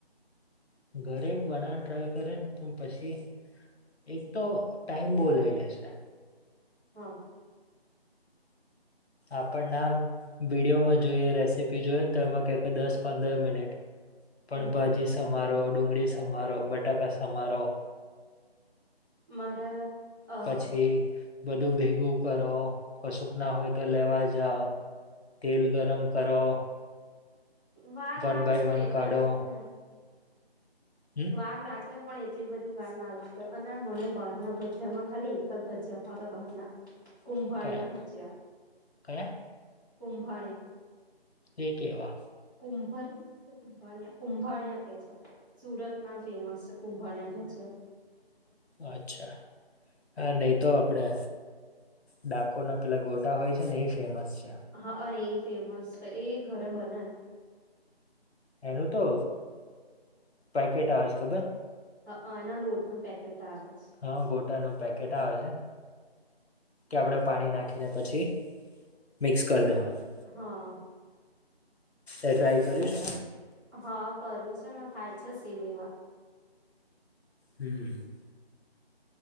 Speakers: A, on the left (about 80°); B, on the right (about 20°).
A: ઘરે બનાવવાને ટ્રાય કરેને પણ પછી એક તો ટાઈમ બોવ લઈ લેશે
B: હા
A: આપણ નામ વિડિયોમાં જોઈએ રેસીપી જોઈએ ને તો એમાં કહેક દસ પંદર મિનિટ પણ
B: હમ
A: ભાજી સમારો ડુંગળી સમારો બટાકા સમારો
B: મારા અ
A: પછી બધું ભેગું કરો કશુંક ના હોય તો લેવા જાવ તેલ ગરમ કરો.
B: વાર
A: વન
B: લાગે
A: બાય
B: પણ
A: વન
B: એટલી
A: કાઢો
B: બધી
A: હમ
B: વાર લાગે પણ એટલી બધી વાર ના લાગે અને મને બહારના ભજા માં ખાલી એક જ ભજયા ભાવે બહાર ના.
A: <inaudible>
B: કુંભાણ્યા
A: કયા
B: ભજ્યા
A: કયા
B: કુંભાણ્યા
A: એ કેવા?
B: કુંભરિયા કે કુંભાળિયા કુંભાારિયા કે છે. સુરત ના ફેમસ છે કુંભાણ્યા ભજ્યા.
A: અચ્છા હ નહી તો આપડે ડાકોર ના પેલા ગોટા હોય છે ને એ ફેમસ છે.
B: હ અ ઈ એ ફેમસ એ ઘરે બને.
A: એનું તો પેકેટ આવે છે ખબર?
B: હ અ એના લોટનું પેકેટ આવે છે.
A: હ ગોટા ન પેકેટ આવે છે. કે આપડે પાણી નાખીને પછી મિક્સ કરી
B: છે
A: દેવાનું
B: હા
A: એ ટ્રાય કર્યુ છે?
B: હા કર્યું છે ને થાય છે સેમ એવા
A: હમ